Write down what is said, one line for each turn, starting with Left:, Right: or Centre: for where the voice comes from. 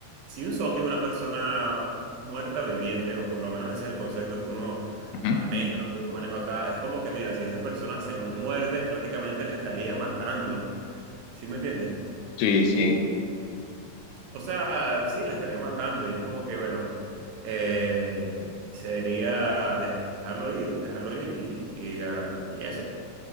Right: si un zombie es una persona muerta viviente, o por lo menos ese es el concepto que uno
Left: Ujú.
Right: maneja, o que yo manejo acá, es como que mira, si esa persona se muerde, es prácticamente la estaría matando, ¿sí me entiendes?
Left: Sí, sí.
Right: O, o sea, sí, la estaría matando y es como que, bueno, eh, sería dejarlo ir, dejarlo ir y, y, ah, y eso, pues.